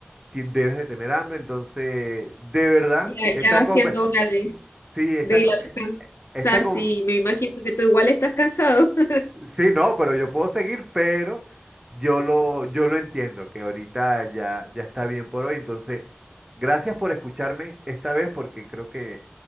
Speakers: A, on the right; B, on the left.
A: ti- debes de tener hambre, entonces, de verdad,
B: ya,
A: esta
B: ya haciendo
A: conver-
B: hora de,
A: sí, esta,
B: de ir
A: co-
B: a descansar,
A: esta con-
B: sí, me imagino que tú igual estás cansado. <laughs>
A: sí, no, pero yo puedo seguir, pero yo lo, yo lo entiendo, que ahorita ya, ya está bien por hoy, entonces, gracias por escucharme esta vez porque creo que